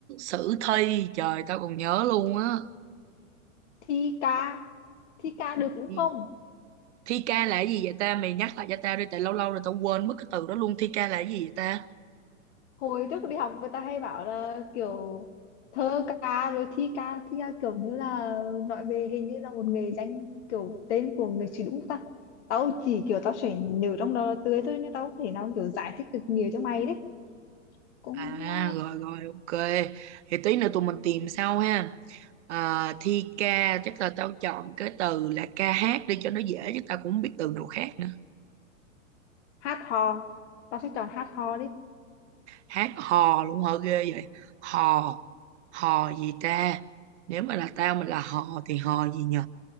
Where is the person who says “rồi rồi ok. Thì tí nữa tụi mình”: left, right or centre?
Right